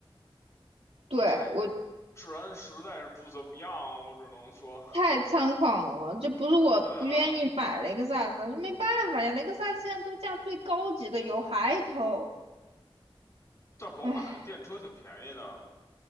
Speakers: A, on the right; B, on the left.
A: 对，
B: 太
A: 我
B: 治安实在是不怎么样啊，我只能说，
A: 太猖狂了，这不是我不愿意买雷克萨斯，
B: 对啊。
A: 是没办法呀，雷克萨斯现在都价最高级的油，还偷，
B: 但是宝马的电车挺便宜的，
A: 唉，